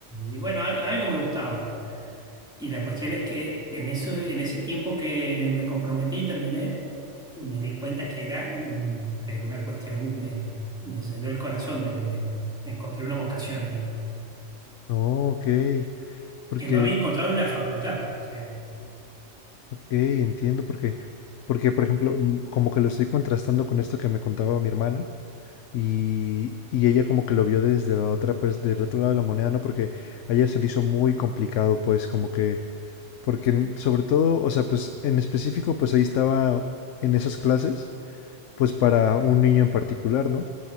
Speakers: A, in the centre; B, on the left.
A: y bueno, al- algo me gustaba. Y la cuestión es que en eso, en ese tiempo que me comprometí y terminé, me di cuenta que era, mm, pero una cuestión me, me llenó el corazón, me, me encontré una vocación ahí,
B: No, ok. Porque,
A: que no había encontrado en la facultad estudiando.
B: ok, entiendo, porque, porque, por ejemplo, mm, como que lo estoy contrastando con esto que me contaba mi hermana Y, y ella como que lo vio desde la otra, pers- del otro lado de la moneda, ¿no? Porque a ella se le hizo muy complicado, pues, como que, porque en- sobre todo, o sea, pues en específico, pues ahí estaba en esas clases, pues para un niño en particular, ¿no?